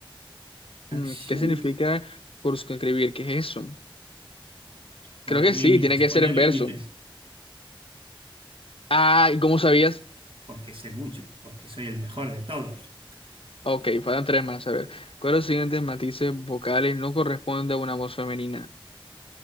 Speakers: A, on the right; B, on the left.
A: Acción
B: Mm, ¿Qué significa
A: de
B: circunscribir? ¿Qué es eso?
A: poner
B: Creo que
A: límites,
B: sí, tiene que
A: poner
B: ser en
A: límites,
B: verso. Ah, ¿y cómo sabías?
A: porque sé mucho, porque soy el mejor de todos.
B: Ok, faltan tres más, a ver. ¿Cuáles los siguientes matices vocales no corresponde a una voz femenina?